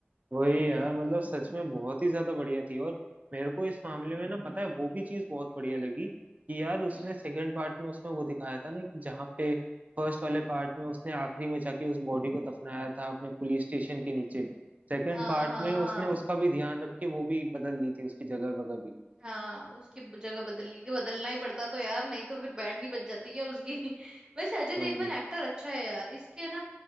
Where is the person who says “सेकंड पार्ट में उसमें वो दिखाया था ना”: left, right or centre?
Right